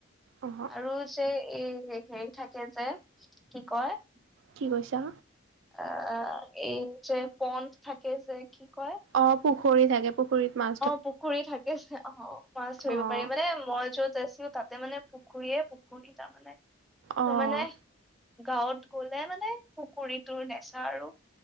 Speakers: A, on the right; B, in the centre.
A: অহ
B: আৰু যে এই হেৰি থাকে যে, কি কয়
A: কি কৈছা?
B: আ, এই যে পণ্ঠ থাকে যে কি কয়
A: অ' পুখুৰী থাকে। পুখুৰীত মা
B: অ' পুখুৰী থাকে, অ' মাছ ধৰিব
A: অ'
B: পাৰি, মানে মই য'ত আছোঁ তাত। তাতে মানে পুখুৰীয়ে পুখুৰী তাৰমানে, ত'
A: অ'
B: মানে গাঁৱত গ'লে মানে পুখুৰীটোৰ নেচা আৰু।